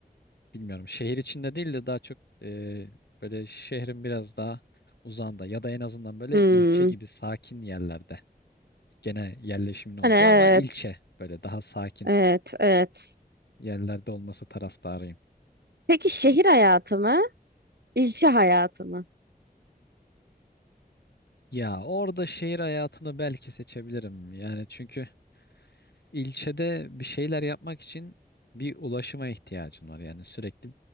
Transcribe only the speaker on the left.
bilmiyorum. Şehir içinde değil de daha çok e, böyle şehrin biraz daha uzağında ya da en azından böyle
ilçe gibi sakin yerlerde. Gene yerleşimin olduğu
ama ilçe böyle daha sakin
yerlerde olması taraftarıyım.
Ya orada şehir hayatını belki seçebilirim. Yani çünkü İlçede bir şeyler yapmak için bir ulaşıma ihtiyacın var. Yani sürekli